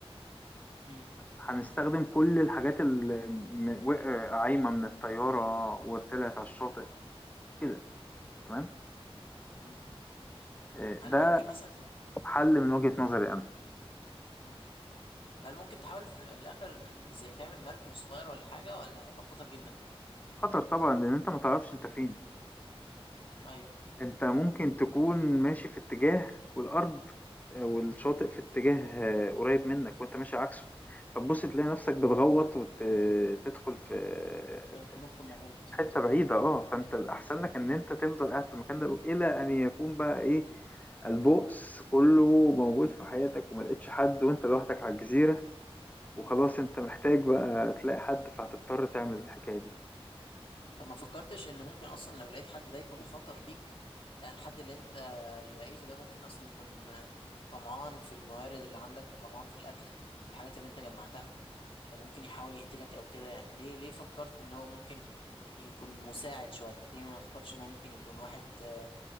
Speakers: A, on the left; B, on the left.
A: مم.
B: هنستخدم كل الحاجات اللي م- وقع- عايمة من الطيارة وطلعت على الشاطئ كده تمام
A: مم.
B: آه،
A: هل
B: ده
A: ممكن مثلا
B: حل من وجهة نظري أنا
A: مم. هل ممكن تحاول في الاخر زي تعمل مركب صغير ولا حاجه ولا هيبقى خطر جدا
B: خطر طبعا لأن أنت ما تعرفش أنت فين
A: ايوه
B: انت ممكن تكون ماشي في اتجاه والارض آه، والشاطئ في اتجاه آه، قريب منك وانت ماشي عكسه فتبص تلاقي نفسك بتغوط
A: مم.
B: وتدخل في
A: ماشي
B: في
A: في نص المحيط
B: حته بعيده اه فانت الاحسن لك ان انت تفضل قاعد في المكان ده الى ان يكون بقى ايه البؤس كله موجود في حياتك وما لقيتش حد وانت لوحدك على الجزيره وخلاص انت محتاج بقى تلاقي حد فهتضطر تعمل الحكايه دي
A: طب ما فكرتش ان ممكن اصلا لو لقيت حد ده يكون خطر ليك لان الحد اللي انت لقيته ده ممكن اصلا يكون طمعان في الموارد اللي عندك وطمعان في الاكل في الحاجات اللي انت جمعتها فممكن يحاول يقتلك او كده يعني ليه ليه فكرت ان هو ممكن يكون مساعد شوية ليه ما فكرتش ان هو ممكن يكون واحد آه،